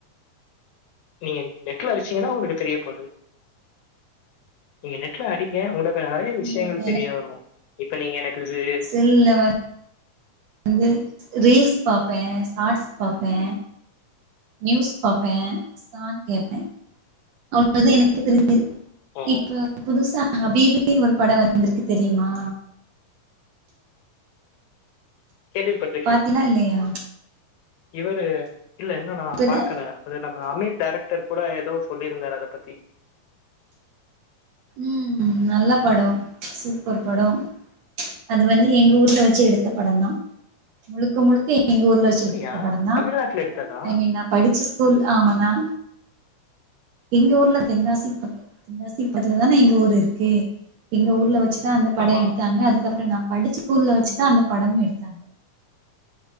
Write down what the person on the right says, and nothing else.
ம்
இல்ல வ ந்து ரீல்ஸ் பாப்பே ஷாட்ஸ் பாப்பே நியூஸ் பாப்பே சாங்ஸ் கேப்பே அவ்ளோதா எனக்கு தெரிஞ்சது
இப்ப புதுசா ஹபிபினு ஒரு பட வந்திருக்கு தெரியுமா
பாத்திங்லா இல்லயா
இப்பதா
ம் நல்ல படொ சூப்பர் படொ அது வந்து எங்க ஊர்ல வச்சு எடுத்த படோதா முழுக்க முழுக்க எங்க ஊர்ல வச்சு
எடுந்த படோதா
ஐ மீன் நா படிச்ச ஸ்கூல் ஆமானா எங்க ஊர்ல தெங்காசி பக்க தெங்காசி பக்கத்துல தான எங்க ஊரு இருக்கு எங்க ஊர்ல வச்சு தா அந்த படோ
எடுத்தாங்க அதுக்கப்றோ நா படிச்ச ஸ்கூல்ல வச்சுதா அந்த படமு எடுத்தாங்க